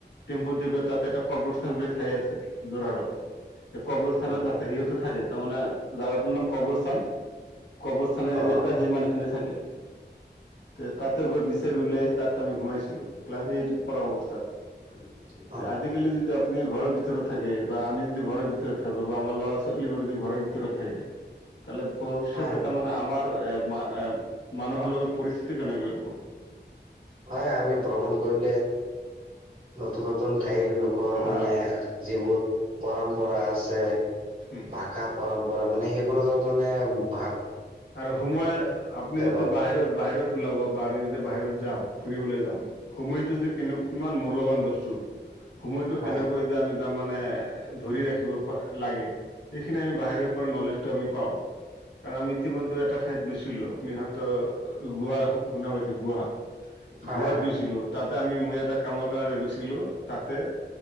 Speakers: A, on the left; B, on the right.
A: টেম্পু দি গৈ তাতে এটা কব্ৰস্থ্তান বুলি ঠাই আছে যোৰহাটত। এই কবৰস্থানত
B: অ
A: তাতে সিহঁতে থাকে তাৰমানে জাগাটোৰ নাম কবৰস্থান কবৰস্থানৰ
B: অ
A: এৰিয়াতে সি মানে শুনি থাকে। তে তাতে গৈ বিচাৰি উওলাই তাত আমি ঘোমাইছিলো, ক্লাছ এইটত পঢ়া অৱস্থাত।
B: <inaudible>
A: আজিকালি যদি আপুনি ঘৰ ভিতৰত থাকে বা আমি যদি ঘৰ ভিতৰত থাকো বা আমাৰ ল'ৰা ছোৱালী যদি ঘৰ ভিতৰত দুৰত থাকে তালে ভৱিষ্যত
B: হয়
A: এটা মানে আমাৰ এ এ মানুহৰ লগত পৰিস্থিতি কেনেকৈ হ'ব।
B: প্ৰয়াই আমি ভ্ৰমণ কৰিলে নতুন নতুন ঠাইৰ লোকৰ
A: হা
B: মানে যিবোৰ পৰম্পৰা আছে
A: হম
B: ভাষা পৰম্পৰা মানে সেইবোৰ মানে ভ
A: আৰু সোমোৱাই আপুনি যদি
B: পাওঁ
A: বাহিৰত বাহিৰত ওলাব বা আমি যদি বাহিৰত যাম ফুৰিবলৈ যাম সময়টো যে কিমান মূল্যবান বস্তু সময়টো
B: হয়
A: কেনেকৈ যে আমি তাৰমানানে ধৰি ৰাখিব লাগে এইখিনি আমি বাহিৰৰ পৰা নলেজটো আমি পাওঁ, কাৰণ আমি ইতিমধ্যে এটা ঠাইত গৈছিলো আপুনি হয়ত গোৱাৰ শুনা পাইছে গোৱা
B: হয়
A: গোৱাত
B: হয়
A: গৈছিলো তাতে আমি মই এটা কামৰ কাৰণে গৈছিলো তাতে